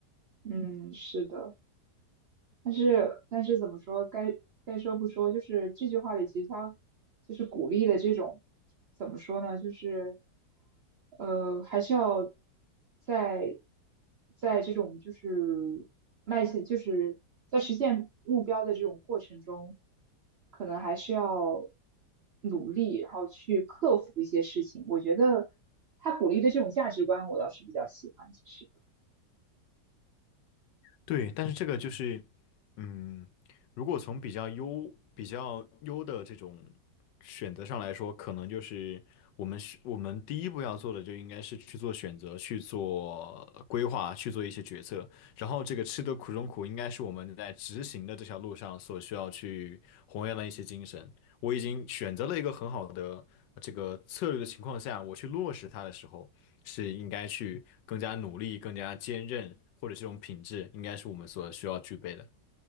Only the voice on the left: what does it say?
对，但是这个就是，嗯，如果从比较优、比较优的这种选择上来说，可能就是我们是我们第一步要做的，就应该是去做选择、去做呃规划、去做一些决策。然后这个吃得苦中苦，应该是我们在执行的这条路上所需要去弘扬的一些精神。我已经选择了一个很好的呃这个策略的情况下，我去落实它的时候。是应该去更加努力、更加坚韧，或者这种品质，应该是我们所需要具备的。